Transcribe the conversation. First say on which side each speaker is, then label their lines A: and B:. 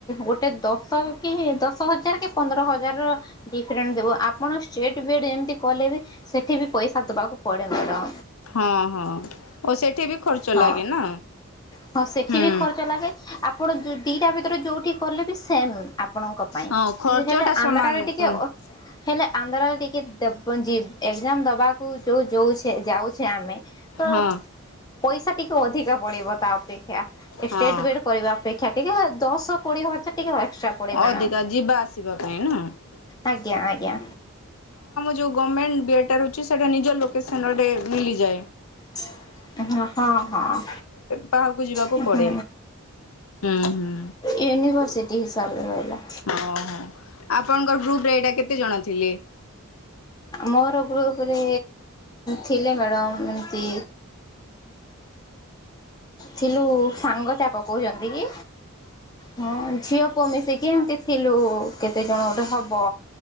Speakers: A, on the left (about 20°); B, on the left (about 80°).
A: ଗୋଟେ ଦଶ କି ଦଶ ଦଶ ହଜାର କି ପନ୍ଦର ହଜାର ଡିଫରେଣ୍ଟ ଥିବ ଆପଣ ଷ୍ଟେଟ୍ ବିଏଡ୍ ଏମିତି କଲେ ବି ସେଠି ବି ପଇସା ଦବାକୁ ପଡେ ମଧ୍ୟ
B: ହଁ ହଁ ଓ ସେଠି ବି ଖର୍ଚ୍ଚ
A: ହଁ
B: ଲାଗେ ନା
A: ହଁ ସେଠି
B: ହୁଁ
A: ବି ଖର୍ଚ୍ଚ ଲାଗେ ଆପଣ ଦିଟା ଭିତରେ ଯୋଉଠି କଲେ ବି ସେମ୍ ଆପଣଙ୍କ ପାଇଁ
B: ହଁ ଖର୍ଚ୍ଚ
A: ହେଲେ
B: ଟା ସମାନ
A: ଆନ୍ଧ୍ରରେ ଟିକେ
B: କୁହନ୍ତୁ
A: ହେଲେ ଆନ୍ଧ୍ରାରେ ଟିକେ ଏକ୍ଜାମ ଦେବାକୁ ଯୋଉ ଯଉଛେ ଯାଉଛେ ଆମେ ତ
B: ହଁ
A: ପଇସା ଟିକେ ଅଧିକ ପଡିବ ତା ଅପେକ୍ଷା ଏ
B: ହଁ
A: ଷ୍ଟେଟ ବିଏଡ୍ କରିବା ଅପେକ୍ଷା ଟିକେ ଦଶ କୋଡିଏ ହଜାର ଟିକେ ଏକ୍ସଟ୍ରା ପଡେ ମ୍ୟାଡ଼ାମ।
B: ଅଧିକା ଯିବା ଆସିବା ପାଇଁ ନୁହଁ।
A: ଆଜ୍ଞା ଆଜ୍ଞା
B: ଜଉ ଗମେଣ୍ଟ ବି ସେଟା ନିଜ ଲୋକସନଟେ ମିଲିଯାଏ।
A: ହ ହଁ ହଁ ହଁ
B: ବାହାରକୁ ଯିବାକୁ
A: ହୁଁ
B: ପଡେ। ହୁଁ ହୁଁ
A: ୟୁନିଭର୍ସିଟି ହିସାବରେ ରହିଲା।
B: ଓହୋ ଆପଣଙ୍କର ଗ୍ରୁପରେ ଏଇଟା କେତେ ଜନ ଥିଲେ।
A: ମୋର ଗ୍ରୁପରେ ଥିଲେ ମ୍ୟାଡ଼ମ୍ ଏମିତି ଥିଲୁ ସାଙ୍ଗ ତ୍ୟାକ କହୁଛନ୍ତି କି? ହଁ ଝିଅ ପୁଅ ମିଶିକି ଥିଲୁ କେତେଜଣ ଗୋଟେ ହେବ